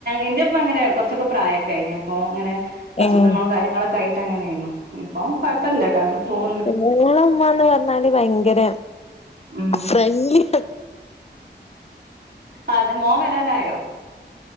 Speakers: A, on the right; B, on the left.
A: എന്റെുപ്പ അങ്ങനെ കൊർച്ചൊക്കെ പ്രായൊക്കെ അയിനി പ്പൊ അങ്ങനെ അസുഖങ്ങളും
B: ഏഹ്
A: കാര്യങ്ങളൊക്കെ ആയിട്ട് അങ്ങനെയ്ന്നു ഇപ്പൊ കൊയ്പ്പല്ലട്ടോ അങ്ങനെ പോകുന്നു
B: ഞങ്ങളമ്മാന്ന് പർഞ്ഞാല് ഭയങ്കര
A: ഉം
B: ഫ്രണ്ട്ലി
A: അതെ മോൻ വരാനായോ